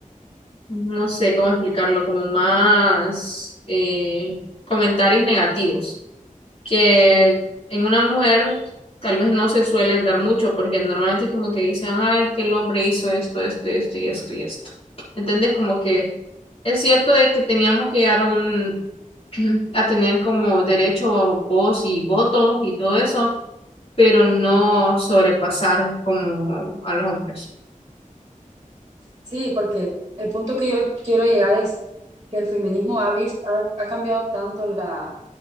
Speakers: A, on the left; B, on the right.
A: no sé cómo explicarlo, como más eh, comentarios negativos. que en una mujer tal vez no se suelen dar mucho, porque normalmente es como que dicen, ah, es que el hombre hizo esto, esto, esto y esto y esto. ¿Entendés? Como que es cierto de que teníamos que llegar a un, <clears throat> a tener como derecho, voz y voto y todo eso, pero no sobrepasar como a los hombres.
B: Sí, porque el punto que yo quiero llegar es que el feminismo ha vis- ha, ha cambiado tanto la,